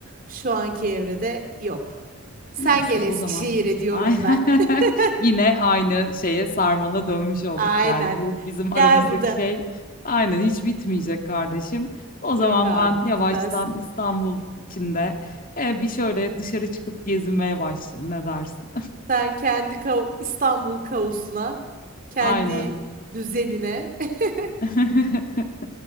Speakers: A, on the right; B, on the left.
A: şu anki evrede yok. Sen
B: Neyse
A: gel Eskişehir'e
B: o zaman
A: diyorum
B: aynen
A: ben.
B: <laughs>
A: <laughs>
B: yine aynı şeye sarmala dönmüş olduk
A: Aynen.
B: yani. Bu bizim aramızdaki
A: Gel burada.
B: şey aynen hiç bitmeyecek kardeşim. O zaman
A: Yok abi
B: ben
A: bitmez.
B: yavaştan İstanbul içinde e, bir şöyle dışarı çıkıp gezinmeye başlayayım ne dersin?
A: Sen kendi kao- İstanbul kaosuna, kendi
B: Aynen.
A: düzenine. <laughs>
B: <laughs>